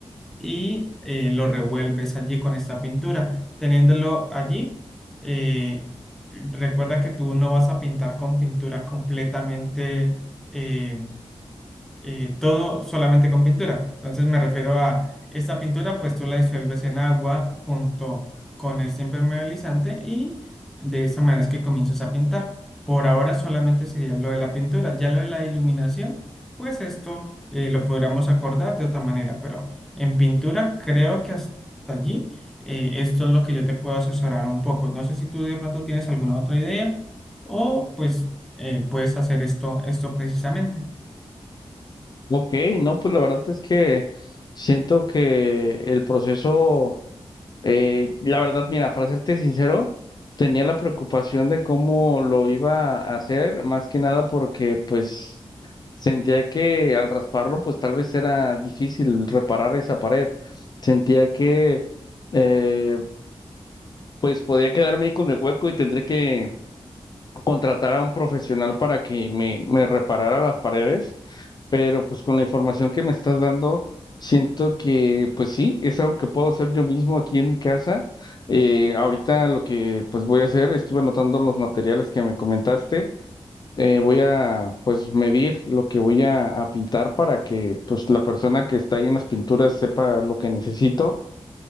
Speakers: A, in the centre; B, on the left (about 40°).
A: y eh, lo revuelves allí con esta pintura. Teniéndolo allí, eh, recuerda que tú no vas a pintar con pintura completamente... eh, eh, todo solamente con pintura. Entonces me refiero a esta pintura, pues tú la disuelves en agua junto con este impermeabilizante y de esa manera es que comienzas a pintar. Por ahora solamente sería lo de la pintura, ya lo de la iluminación, pues esto eh, lo podríamos acordar de otra manera, pero en pintura creo que hasta allí eh, esto es lo que yo te puedo asesorar un poco. No sé si tú de pronto tienes alguna otra idea o pues eh, puedes hacer esto, esto precisamente.
B: Ok, no, pues la verdad es que siento que el proceso, eh, la verdad, mira, para serte sincero, tenía la preocupación de cómo lo iba a hacer, más que nada porque pues sentía que al rasparlo, pues tal vez era difícil reparar esa pared. Sentía que eh, pues podía quedarme ahí con el hueco y tendría que contratar a un profesional para que me, me reparara las paredes, pero pues con la información que me estás dando, siento que pues sí, es algo que puedo hacer yo mismo aquí en mi casa. Eh, ahorita lo que pues voy a hacer, estuve anotando los materiales que me comentaste, eh, voy a pues medir lo que voy a, a pintar para que pues la persona que está ahí en las pinturas sepa lo que necesito.